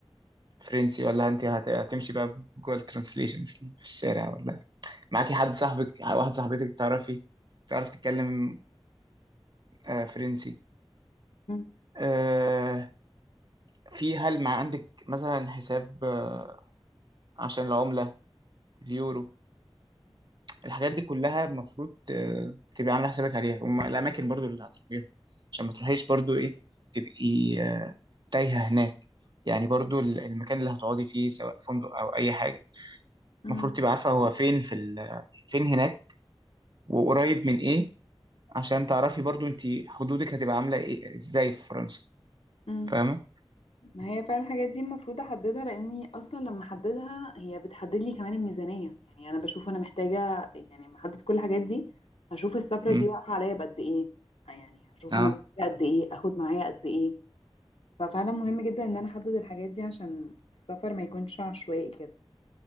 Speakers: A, on the right; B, on the left.
A: فرنسي ولا أنت هت- هتمشي بقى جوه الترانسليشن في في الشارع ولا معاكي حد صاحبك واحد صاحبتك تعرفي تعرف تتكلم آه، فرنسي
B: مم.
A: أه في هل مع عندك مثلا حساب آه، عشان العملة اليورو الحاجات دي كلها المفروض آه، تبقي عاملة حسابك عليها والأماكن برضو اللي هتروحيها عشان ما تروحيش برضو إيه تبقي أه، تايهة هناك يعني برضو ال- المكان اللي هتقعدي فيه سواء فندق أو أي حاجة
B: مم.
A: المفروض تبقى عارفة هو فين في ال... فين هناك وقريب من إيه عشان تعرفي برضو أنت حدودك هتبقى عاملة إيه إزاي في فرنسا
B: مم.
A: فاهمة؟
B: ما هي فعلا الحاجات دي المفروض احددها لاني اصلا لما احددها هي بتحدد لي كمان الميزانيه يعني انا بشوف انا محتاجه يعني لما احدد كل الحاجات دي هشوف السفره
A: مم.
B: دي واقفه عليا بقد ايه يعني هشوف
A: أه
B: انا محتاجه قد ايه اخد معايا قد ايه ففعلا مهم جدا ان انا احدد الحاجات دي عشان السفر ما يكونش عشوائي كده